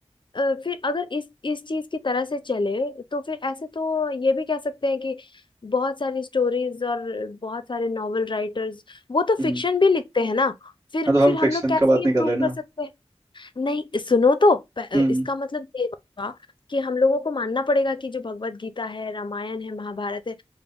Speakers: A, on the left; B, on the right.
A: अ, फिर अगर इस इस चीज की तरह से चले तो फिर ऐसे तो ये भी कह सकते हैं कि बहुत सारी स्टोरीज और बहुत सारे नॉवल राइटर्स वो तो
B: हम्म
A: फिक्शन भी लिखते हैं ना फिर
B: हाँ तो हम
A: फिर
B: फिक्शन
A: हम लोग कैसे
B: का बात
A: ये
B: नहीं कर
A: प्रूव
B: रहे ना
A: कर सकते हैं नहीं सुनो तो प-
B: हम्म
A: इसका मतलब ये हुआ कि हम लोगों को मानना पड़ेगा कि जो भगवत गीता है रामायण है महाभारत है